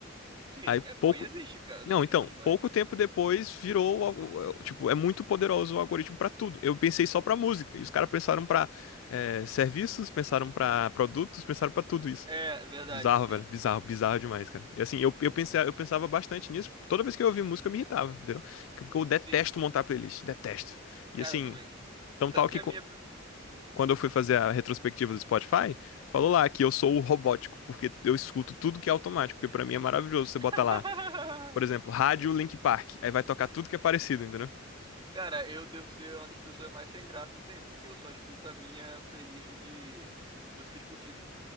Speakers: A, on the right; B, on the left.
A: Sim,
B: Aí
A: é,
B: pouco.
A: pô, e existe, cara,
B: Não,
A: do do
B: então,
A: Spotify.
B: pouco tempo depois virou, algo- é, tipo, é muito poderoso o algoritmo pra tudo. Eu pensei só pra música, e os caras pensaram pra eh, serviços, pensaram pra produtos, pensaram pra tudo isso.
A: É, verdade,
B: Bizarro,
A: sim.
B: velho. Bizarro, bizarro demais, cara. E assim, eu, eu, pensei, eu pensava bastante nisso. Toda vez que eu ouvia música, eu me irritava, entendeu? Porque eu detesto
A: Sim,
B: montar playlist. Detesto. E
A: cara,
B: assim,
A: eu também.
B: tão
A: Tanto
B: tal que
A: que a
B: co-
A: minha.
B: quando eu fui fazer a retrospectiva do Spotify, falou lá que eu sou o robótico, porque eu escuto tudo que é automático, porque pra mim é maravilhoso. Você bota
A: <laughs>
B: lá, por exemplo, rádio Link Park. Aí vai tocar tudo que é parecido, entendeu?
A: Cara, eu devo ser uma das pessoas mais sem graça que tem, porque eu só escuto a minha playlist de músicas curtidas.